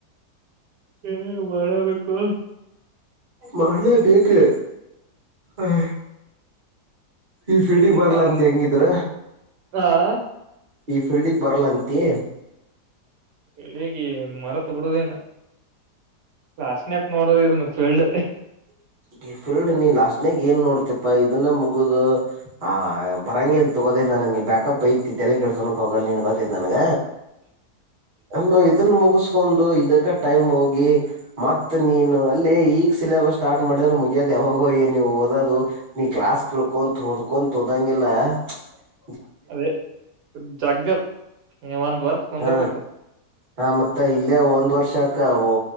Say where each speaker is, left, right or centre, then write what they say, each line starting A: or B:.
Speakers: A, on the right; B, on the right.
A: ಹ್ಮ್ <unintelligible> ಬೇಕು.
B: ಮಾಡಳೆ ಬೇಕು ಹ. ಈ ಫೀಲ್ಡಿಗೆ
A: ಇಲ್ಲಿಕ್ಕವ್ರ
B: ಬರ್ಲ ಅಂತ ಹೆಂಗಿದ್ರ.
A: ಹಾ
B: ಈ ಫೀಲ್ಡಗ್ ಬರಲ್ಲಂತಿ.
A: ಎಡಗ ಮರತ್ ಬಿಡೋದೀನ. ಲಶನ್ಯಕ್ ನೋಡುದು ಇನೀ ಫೀಲ್ಡ್.
B: <unintelligible> ಫಲ್ಡ್ ನೀ ಲಾಸ್ಟ್ನಗ್ ಏನ್ ನೋಡ್ತಪಾ ಇದನ್ನ ಮುಗುದು ಆ ಬರಾಂಗಿಲ್ತು. ಹೋದ ನಾನ ನೀ ಬ್ಯಾಪ್ ಐತಿ ತಲೆ ಕೆಡಸೋಕ್ಕೆ ಹೋಗಲ್ಲ ನೀ. <unintelligible> ಗತ ನನಗ ಅಲ್ಲ ಇದನ್ನು ಮುಗಿಸ <unintelligible> ಕ ಇದಕ್ಕ ಟೈಮ್ ಹೋಗಿ ಮತ್ತ ನೀನು ಅಲ್ಲಿ ಈಗ್ ಸಿಲೆಬಸ್ ಸ್ಟಾರ್ಟ್ ಮಾಡಿದ್ರೆ ಮುಗಿಯೋದ ಯಾವಾಗೋ ನೀವು ಓದೋದು ನೀ ಕ್ಲಾಸ್ ಕಳ್ಕೊ ಹೊಓದ್ಕೊಂತ ಓದ್ದಂಗಿಲ್ಲ. <unintelligible>
A: ಅದೇ ಜಗ್ಗತ್ ನೀ ಒಂದ್ ವರ್ತ್ ಕುಂದರ್ಬೇಕ.
B: ಹ ಹ ಮತ್ತ ಇಲ್ಲೇ ಒಂದ್ ವರ್ಷ ಅಕ ಓ